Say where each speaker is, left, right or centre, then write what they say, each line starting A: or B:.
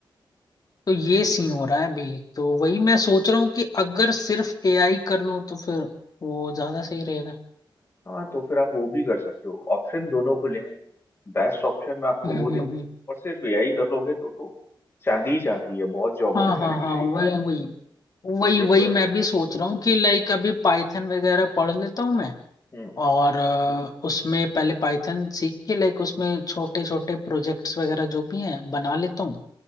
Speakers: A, on the left (about 45°); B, on the left (about 30°).
A: तो ये
B: ठीक
A: सीन
B: है
A: हो रहा है अभी तो वही मैं सोच रहा हूँ कि अगर सिर्फ एआई कर लूँ तो फिर वो ज्यादा सही रहेगा
B: हाँ तो फिर आप वो भी कर सकते हो ऑप्शन दोनों खुले हैं बेस्ट ऑप्शन मैं आपको
A: हम्म
B: वो
A: हम्म,
B: दे रहा
A: हम्म।
B: हूँ और सिर्फ एआई कर लोगे तो तो चांदी ही चाहती है बहुत जॉब
A: हाँ
B: ऑप्शन
A: हाँ
B: है
A: हाँ
B: एआई
A: वही
B: में आजकल
A: वही वही
B: ये
A: वही
B: पूरा
A: मैं भी सोच रहा हूँ कि लाइक अभी पाइथन वगैरह पढ़ लेता हूँ मैं
B: हम्म
A: और अ, उसमें पहले पाइथन सीख के लाइक उसमें छोटे छोटे प्रोजेक्ट्स वगैरह जो भी हैं बना लेता हूँ